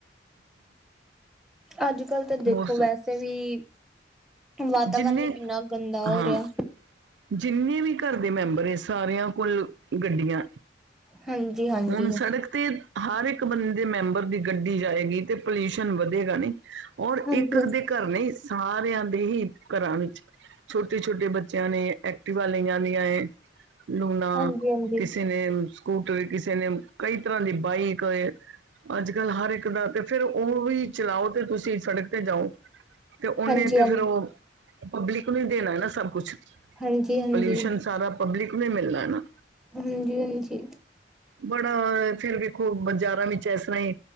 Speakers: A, in the centre; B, on the right.
A: ਅੱਜ-ਕੱਲ੍ਹ ਤਾਂ ਦੇਖੋ
B: ਹੋਰ
A: ਵੈਸੇ ਵੀ, ਵਾਤਾਵਰਨ
B: ਜਿੰਨੇ
A: ਕਿੰਨਾ ਗੰਦਾ ਹੋ
B: ਹਾਂ
A: ਰਿਹਾ।
B: ਜਿੰਨੇ ਵੀ ਘਰ ਦੇ ਮੈਂਬਰ ਨੇ ਸਾਰਿਆਂ ਕੋਲ ਗੱਡੀਆਂ
A: ਹਾਂਜੀ ਹਾਂਜੀ
B: ਹੁਣ ਸੜਕ ਤੇ ਹਰ ਇੱਕ ਬੰਦੇ ਦੇ ਮੈਂਬਰ ਦੀ ਗੱਡੀ ਜਾਏਗੀ ਤੇ ਪੋਲਿਊਸ਼ਨ ਵਧੇਗਾ ਨੀ ਔਰ
A: ਹਾਂਜੀ
B: ਇੱਕ
A: ਹਾਂਜੀ
B: ਦੇ ਘਰ ਨਹੀਂ ਸਾਰਿਆਂ ਦੇ ਹੀ ਘਰਾਂ ਵਿੱਚ ਛੋਟੇ ਛੋਟੇ ਛੋਟੇ ਬੱਚਿਆਂ ਨੇ ਐਕਟਿਵਾ ਲਈ ਆਂਦੀਆਂ ਲੂਣਾ
A: ਹਾਂਜੀ ਹਾਂਜੀ
B: ਕਿਸੇ ਨੇ ਸਕੂਟਰ ਕਿਸੇ ਨੇ ਕਈ ਤਰ੍ਹਾਂ ਦੀ ਬਾਈਕ ਏ ਅੱਜ ਕੱਲ ਹਰ ਇੱਕ ਦਾ ਤੇ ਫੇਰ ਉਹ ਵੀ ਚਲਾਓ ਤੇ ਤੁਸੀਂ ਸੜਕ ਤੇ ਜਾਓ ਤੇ ਉਹਨੇ
A: ਹਾਂਜੀ
B: ਤੇ ਫਿਰ ਉਹ ਪਬਲਿਕ ਨੂੰ ਹੀ ਦੇਣਾ ਏ ਨਾ ਸਭ ਕੁਛ
A: ਹਾਂਜੀ ਹਾਂਜੀ
B: ਪੋਲਿਊਸ਼ਨ ਸਾਰਾ ਪਬਲਿਕ ਨੂੰ ਹੀ ਮਿਲਨਾ ਨਾ
A: ਹਾਂਜੀ- ਹਾਂਜੀ
B: ਬੜਾ ਫੇਰ ਵੇਖੋ ਬਾਜ਼ਾਰਾਂ ਵਿੱਚ ਇਸ ਤਰ੍ਹਾਂ ਹੀ